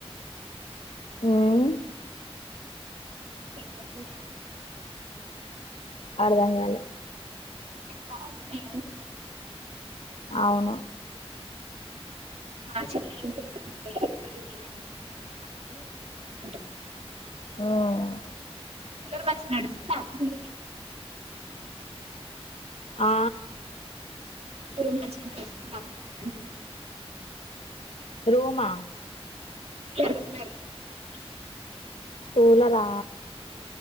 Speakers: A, on the left; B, on the right.
A: ఉమ్
B: <unintelligible>
A: అర్ధంగాలే
B: ఎండలు బాగున్నాయి అంటున్నా
A: అవును
B: మార్చ్ లే ఇంత ఎండలు ఉంటే ఏప్రిల్ మే లా ఇంక ఎంత ఎండలు ఉండాలి అంటున్నా
A: ఉమ్
B: పలర్ మంచి నడుసంతా మీద
A: ఆ
B: అందరూ మంచిగా నడుస్తున్నారు అందుకే అంటున్న
A: రూమా
B: <unintelligible>
A: కూలరా